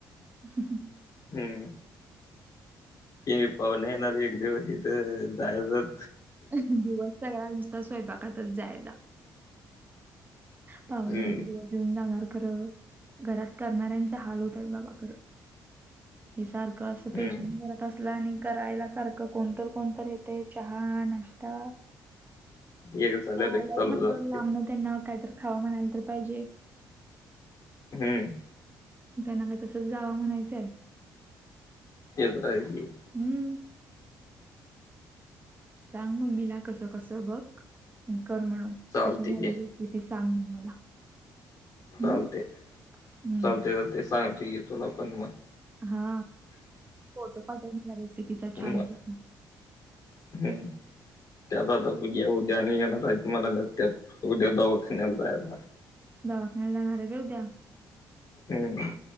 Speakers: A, on the right; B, on the left.
A: <inaudible> <unintelligible>
B: हम्म. कि पाहुणे येणार एक दिवस इथं जायच.
A: दिवस सगळा नुसता स्वयंपाकातच जायचा. पाहुणे
B: हम्म
A: एक दिवस येऊन जाणार खरं घरात करणाऱ्यांचा हाल होतात बाबा खरं. हे सारखं असं पेज
B: हम्म
A: म्हणून जरा तसलं आणि करायला सारखं कोणतर कोणतर येतंय, चहा नाश्ता.
B: एक झाल्यावर
A: आता
B: एक
A: आल्यात
B: चालूच
A: म्हणल्यावर
B: असतंय
A: लांबणं त्यांना काहीतर खावा म्हणायला तर पाहिजे.
B: हम्म.
A: त्यांना काय तसंच जावा म्हणायचंय.
B: ते कुठं हाय ते?
A: हम्म. सांग मम्मीला कसं कसं बघ, मग कर म्हणून.
B: चालतंय
A: कशी झालेली
B: घे
A: होती ती सांग मला.
B: चालते
A: हम्म. हम्म.
B: चालते चालते सांगतो ये तुला पण मग.
A: हा फोटो पाठव मला रेसिपीचा
B: मग
A: छान
B: मग
A: पैकी.
B: हम्म. त्यात आता उद्या उद्या आणि येणार आहेत म्हणालेत त्यात, उद्या दवाखानाला जायला.
A: दवाखान्याला जाणार आहे होय त्या?
B: हम्म.